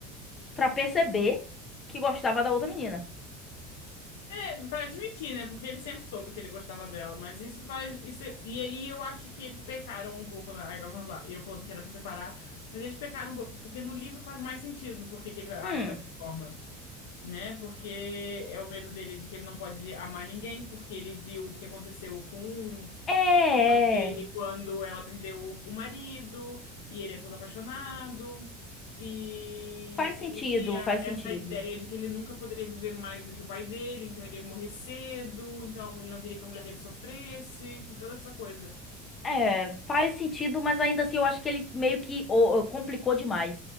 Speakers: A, on the left; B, on the left.
A: pra perceber que gostava da outra menina.
B: É, pra admitir, né? Porque ele sempre soube que ele gostava dela, mas isso faz. Isso, e aí eu acho que eles pecaram um pouco, né? Agora vamos lá, eu falando que era pra separar, mas eles pecaram um pouco, porque no livro faz mais sentido porque que ele age
A: Hum,
B: dessa forma né? Porque é o medo dele de que ele não pode amar ninguém, porque ele viu o que aconteceu com
A: é, é.
B: dele
A: é.
B: quando ela perdeu o o marido, e ele é todo apaixonado, e
A: faz
B: ele
A: sentido,
B: tinha
A: faz
B: essa
A: sentido.
B: ideia de que ele nunca poderia viver mais do que o pai dele, então ele ia morrer cedo, então ele não queria que a mulher dele sofresse, enfim, toda essa coisa.
A: É, faz sentido, mas ainda assim eu acho que ele meio que ô, ô, complicou demais.